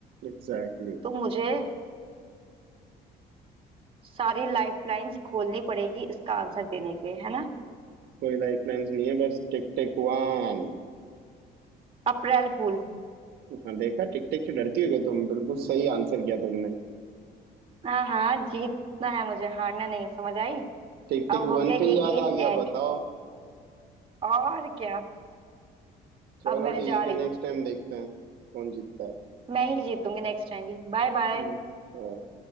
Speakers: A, on the right; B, on the right.
A: एग्जैक्टली exactly.
B: तो मुझे सारी लाइफलाइंस खोलनी पड़ेगी इसका आंसर देने के लिए है ना
A: कोई लाइफ लाइन्स नहीं है बस टिक टिक वन
B: अप्रैल फूल
A: हाँ देखा टिक टिक से डरती हो क्या तुम बिल्कुल सही आंसर किया तुमने
B: हाँ हाँ जीतना है मुझे हारना नहीं है, समझ आई
A: टिक
B: अब
A: टिक
B: हो
A: वन
B: गया
A: पे
B: ये
A: ही याद
B: गेम
A: आ
B: एंड
A: गया बताओ
B: और क्या
A: चलो
B: अब मैं
A: ठीक
B: जा रही
A: है नेक्स्ट
B: हूँ
A: टाइम देखते हैं कौन जीतता है
B: मैं ही जीतूंगी नेक्स्ट टाइम भी Bye bye
A: हम्म